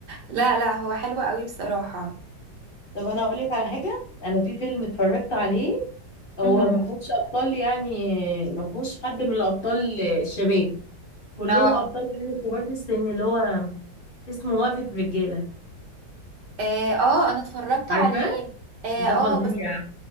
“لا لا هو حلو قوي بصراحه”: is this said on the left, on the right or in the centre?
Right